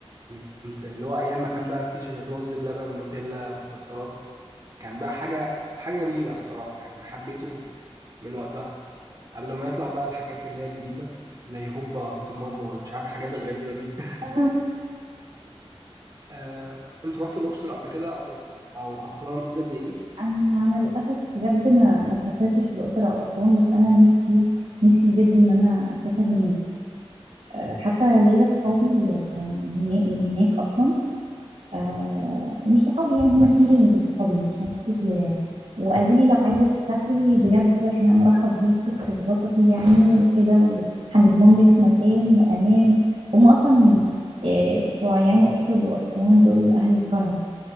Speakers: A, on the right; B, on the right.
A: يعني كنت اللي هو أيام ما كان بقى مفيش غير رز بلبن نوتيلا مكسرات كان بقى حاجة حاجة جميلة الصراحة يعني أنا حبيته من وقتها قبل ما يطلع بقى الحاجات اللي هي الجديدة زي هوبا تيتو مامبو ولا مش عارف الحاجات الغريبة دي <laughs>
B: انا
A: آه، أنت رحت الأقصر قبل كده أو أو أسوان حتت زي دي؟
B: انا أنا للاسف بجد ما ما سافرتش الاقصر او اسوان بس انا نفسي نفسي بجد ان انا اسافر هناك آه، حتى ليا اصحابي آه، هناك من هناك اصلا آه مش صحابي يعني هما اتنين من صحابي مش ناس كتير يعني وقالوا لي لو عايزة تسافري بجد احنا مرحب بيكي وهتتبسطي يعني وكده وهنضمن لك مكان وأمان هما أصلا آه، بتوع يعني أقصر وأسوان دول أهل الكرم